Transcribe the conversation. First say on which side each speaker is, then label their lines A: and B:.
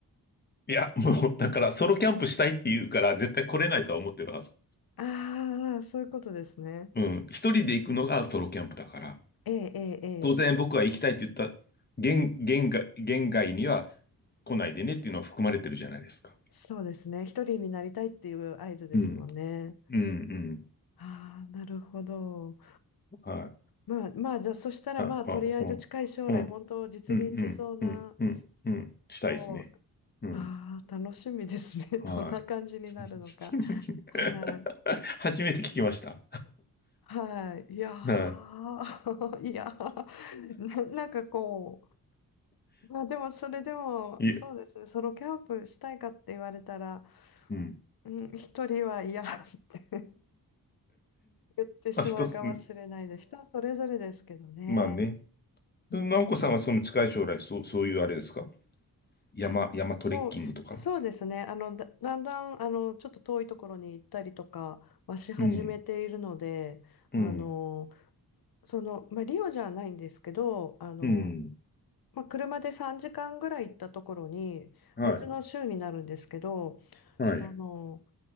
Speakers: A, on the left; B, on the left.
A: いや、もう、だからソロキャンプしたいって言うから、絶対来れないとは思ってるはず。
B: ああ、そういうことですね。
A: うん。一人で行くのがソロキャンプだから。
B: ええ、ええ、ええ
A: 当然僕は行きたいって言った限、限界、限界には来ないでねっていうのは含まれてるじゃないですか。
B: そうですね。一人になりたいっていう合図ですもんね。
A: うん。うん、うん。
B: ああ、なるほど。
A: はい。
B: まあ、まあ、じゃあ、そしたら、
A: あ、
B: まあ、
A: あ、
B: とりあえず近い将来、
A: うんうん、
B: 本当実現しそうな、
A: うん、うん、うん、うん、うんうんうんしたいですね。
B: こう、
A: うん。
B: ああ、楽しみですね。<laughs>
A: は
B: どんな感じになるのか。
A: い。<laughs>
B: はい。
A: 初めて聞きました。
B: はい。いやー
A: <laughs> は
B: <laughs> いやー <laughs> な、なんかこう、まあでもそれでも、
A: い。いえ、
B: そうですね、ソロキャンプしたいかって言われたら、
A: うん。
B: うん、一人は嫌って <laughs> 言ってしまうかもしれないです。
A: まあ、一つ、うん。
B: 人それぞれですけどね。
A: まあね。
B: うん
A: 直子さんはその近い将来、そう、そういうあれですか山、
B: あの、
A: 山トレッキングとか。
B: そう、そうですね。あの、だ、だんだん、あの、ちょっと遠いところに行ったりとかはし始めているので、
A: うん、うん、
B: あの、その、まあ、リオじゃないんですけど、あの、
A: うん。
B: まあ、車で3時間ぐらい行ったところに、
A: はい、
B: 別の州になるんですけど、
A: はい、
B: その、